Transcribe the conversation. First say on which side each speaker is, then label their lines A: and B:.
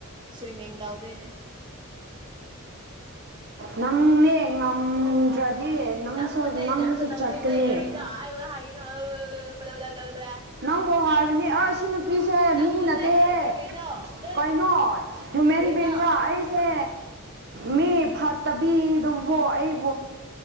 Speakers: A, on the right; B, on the right.
A: ꯁ꯭ꯋꯤꯝꯃꯤꯡ ꯇꯧꯗꯣꯏꯅꯤ
B: ꯅꯪꯅꯦ ꯉꯝꯗ꯭ꯔꯗꯤ ꯅꯪꯁꯨ
A: ꯅꯪꯕꯨꯅꯦ
B: ꯅꯪꯁꯨ
A: ꯅꯪꯕꯨ ꯇꯧꯗꯣꯏꯅꯦ
B: ꯆꯠꯀꯅꯤ
A: ꯀꯔꯤꯅꯣ ꯑꯩꯕꯨ ꯍꯥꯏꯒꯅꯣ <unintelligible>
B: ꯅꯪꯕꯨ ꯍꯥꯏꯕꯅꯤ ꯑꯁ ꯁꯤ ꯅꯨꯄꯤꯁꯦ
A: ꯅꯪꯕꯨꯅꯦ
B: ꯃꯤ ꯅꯠꯇꯦꯍꯦ
A: ꯀꯔꯤꯅꯣ ꯇꯨꯠ
B: ꯀꯩꯅꯣ ꯍ꯭ꯌꯨꯃꯦꯟ
A: ꯀꯔꯤꯅꯣ
B: ꯕꯤꯡꯔ ꯑꯩ ꯁꯦ ꯃꯤ ꯐꯠꯇꯕꯤꯗꯨꯕꯨ ꯑꯩ